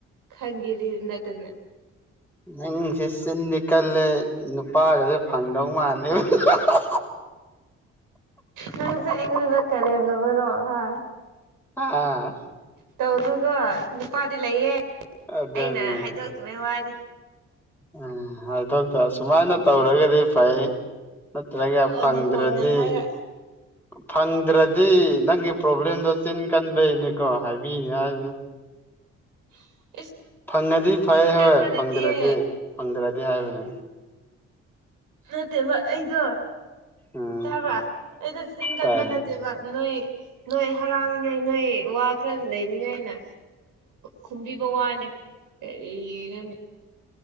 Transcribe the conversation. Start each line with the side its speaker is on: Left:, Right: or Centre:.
Right: ꯈꯪꯒꯦꯔꯤꯔꯅꯇꯅ
Centre: ꯅꯪꯁꯦ ꯆꯤꯟꯗꯤ ꯀꯜꯂꯦ ꯅꯨꯄꯥꯒꯁꯦ ꯐꯪꯗꯧ ꯃꯥꯜꯂꯦꯕ ꯑ
Right: ꯅꯪꯁꯦ ꯑꯩꯉꯣꯟꯗ ꯀꯔꯦꯝꯗꯕꯔꯣ ꯍꯥ
Centre: ꯑꯥ
Right: ꯇꯧ ꯑꯗꯨꯒꯒ ꯅꯨꯄꯥꯗꯤ ꯂꯩꯌꯦꯦ
Centre: ꯑꯗꯨꯅꯤ
Right: ꯑꯩꯅ ꯍꯥꯏꯗꯣꯔꯛꯇꯃꯩ ꯋꯥꯔꯤꯅꯤ
Centre: ꯎꯝ ꯍꯥꯏꯗꯣꯛꯇ ꯁꯁꯨꯃꯥꯏꯅ ꯇꯧꯔꯒꯗꯤ
Right: ꯐꯣꯡ
Centre: ꯐꯩ ꯅꯠꯇ꯭ꯔꯒ
Right: ꯐꯣꯡꯅ
Centre: ꯐꯪꯗ꯭ꯔꯗꯤ
Right: ꯐꯣꯡꯅ ꯍꯥꯏꯔ
Centre: ꯐꯪꯗ꯭ꯔꯗꯤ ꯅꯪꯒꯤ ꯄ꯭ꯔꯣꯕ꯭ꯂꯦꯝꯗꯣ ꯆꯤꯟ ꯀꯟꯕꯩꯅꯤꯀꯣ ꯍꯥꯏꯕꯤꯅꯤ ꯍꯥꯏꯅꯤ
Right: <inaudible>
Centre: ꯐꯪꯉꯗꯤ ꯐꯩ
Right: ꯆꯤꯟ
Centre: ꯍꯣꯏ
Right: ꯀꯟꯕ
Centre: ꯐꯪꯗ꯭ꯔꯗꯤ
Right: ꯅꯠꯇꯤꯌꯦ
Centre: ꯐꯪꯗ꯭ꯔꯗꯤ ꯍꯥꯏꯕꯅꯤ
Right: ꯃꯠꯇꯦꯕ ꯑꯩꯗꯣ
Centre: ꯎꯝ
Right: ꯇꯥꯕ꯭ꯔꯥ ꯑꯩꯗ ꯆꯤꯟ ꯀꯟꯕ
Centre: ꯇꯥꯏ
Right: ꯅꯠꯇꯦꯕ ꯅꯣꯏ ꯅꯣꯏ ꯍꯔꯥꯡ ꯪꯅꯤꯡꯉꯥꯏ ꯅꯣꯏ ꯋꯥ ꯈꯔ ꯂꯩꯅꯤꯡꯉꯥꯏꯅ ꯈꯨꯝꯕꯤꯕ ꯋꯥꯅꯤ ꯀꯔꯤꯒꯅꯤ